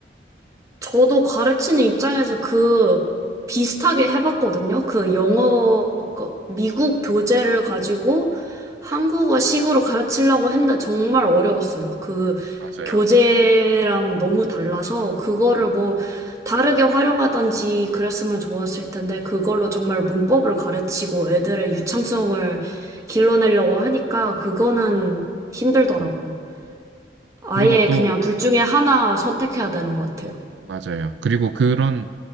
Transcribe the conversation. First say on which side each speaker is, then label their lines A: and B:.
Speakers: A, on the right; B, on the right.
A: 저도 가르치는 입장에서 그 비슷하게 해봤거든요. 그 영어, 그 미국 교재를 가지고 한국어식으로
B: 네,
A: 가르치려고 했는데 정말 어려웠어요. 그
B: 맞아요.
A: 교재랑 너무 달라서 그거를 뭐 다르게 활용하던지 그랬으면 좋았을 텐데 그걸로 정말 문법을 가르치고 애들의 유창성을 길러내려고 하니까 그거는 힘들더라고요.
B: 그렇죠.
A: 아예
B: 그리고 또,
A: 그냥 둘 중에 하나 선택해야 되는 것 같아요.
B: 맞아요. 그리고 그런